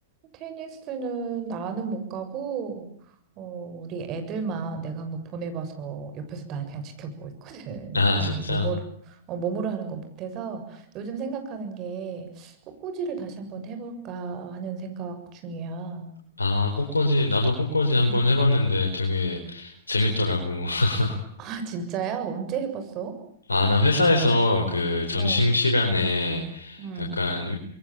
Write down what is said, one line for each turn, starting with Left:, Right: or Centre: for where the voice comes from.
Right: 테니스는 나는 못 가고, 어, 우리 애들만 내가 한번 보내봐서 옆에서 나는 그냥 지켜보고 있거든.
Left: 아,
Right: <laughs> 나는
Left: 진짜?
Right: 몸으로, 어, 몸으로 하는 건 못해서 요즘 생각하는 게 꽃꽂이를 다시 한번 해볼까 하는 생각 중이야.
Left: 아, 꽃꽂이, 나도 꽃꽂이 한번
Right: 음.
Left: 해봤는데 되게 재밌더라고. <laughs>
Right: 아, 진짜야? 언제 해봤어?
Left: 아, 나 회사에서 그 점심시간에
Right: 어, 음,
Left: 약간